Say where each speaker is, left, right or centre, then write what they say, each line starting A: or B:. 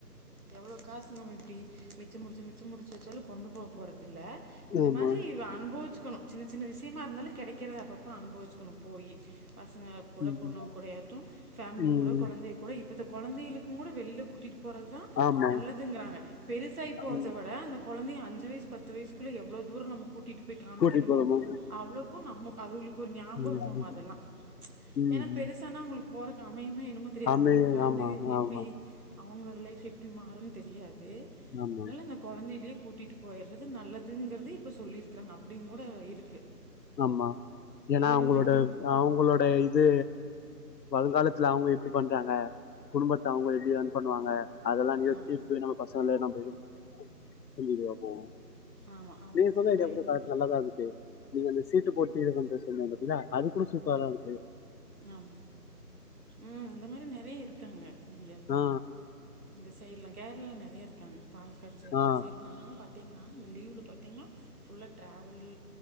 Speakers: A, on the right; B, on the left.
A: எவ்ளோ காசு நம்ம இப்டி மிச்ச புடிச்சு மிச்ச புடிச்ச வச்சாலு கொண்டு போ போற துல்ல இந்த
B: ஆமா.
A: மாதிரி அனுபவிச்சக்கணு சின்ன சின்ன விஷயமா இருந்தாலு கெடைக்கிறத அப்பப்ப அனுபவி ச்சுக்கனு போய் பசங்க குட
B: ம்.
A: பொண்ணு கூடயாட்டு பேமிலி
B: ம்.
A: கூட கொழந்தை கூட கொழந்தைகளுக்கு கூட வெளியில கூட்டிகிட்டு போறதுதா
B: ஆமா
A: நல்லதுங்குறாங்க பெருசாயி போறத
B: ம்
A: விட அந்த குழந்தையு அஞ்சு வயசு பத்து வயசுக்குள்ள எவ்வளோ தூரம் நம்ம கூட்டிகிட்டு போய் காமிக்கிறோமோ
B: கூட்டிட்டு போறோமா
A: அவ்வளோக்கு நம்ம அதுகளுக்கு ஒரு ஞாபகமாமா
B: ம்
A: அதெல்லா
B: ம்
A: ஏன்னா
B: ம்
A: பெருசாானா அவங்களுக்கு பொறக் ஏன்னமோ தெரியாது
B: ஆமே
A: அவங்க ஃபேமிலி
B: ஆமா
A: எப்டி
B: ஆமா
A: அவங்களோட லைஃப் எப்டி மாருன்னு தெரியாது
B: ஆமா
A: து இல்ல அந்த கொழந்தைகாலயே கூட்டிட்டு போயிடு நல்லதுங்குறது இப்ப சொல்லிருக்கறாங்க அப்டியும் கூட இருக்கு
B: ஆமா ஏன்னா
A: பெரியவங்களுக்கு
B: அவங்களோட அவங்களோட இது வருங்காலத்துல அவுங்க இப்டி பண்றாங்க குடும்பத்த அவுங்க எப்டி ரன் பண்ணுவாங்க அதெல்லா யோசிச்சி
A: ஆமா
B: இப்ப உள்ள பசங்கலே நம்ம இது நம்மண்ணா சொல்லிட்டு வா போவோ
A: ஆமா அவங்க
B: நீங்கசொன்ன
A: கொஞ்சோ
B: ஐடியா
A: மைண்ட்
B: பசார் நல்லாதா இருந்துச்சு நீங்க அந்த சீட்டு போட்டு இது பண்றது சொன்னீங்க பாத்தீங்களா அது கூட சூப்பராதா இருந்துச்சு
A: ஆமா ம் இந்த மாரி நறையா இருக்குங்க இங்கியே
B: ஆ
A: இந்த சைடுலா கேரளால நறைய இருக்காங்க பாலக்காடு சைடு
B: ஆ
A: அந்த சைடுலா பாத்தீங்ன்னா இந்த லீவுல பாத்தீங்ன்னா ஃபுல்லாக் டிராவல்ல்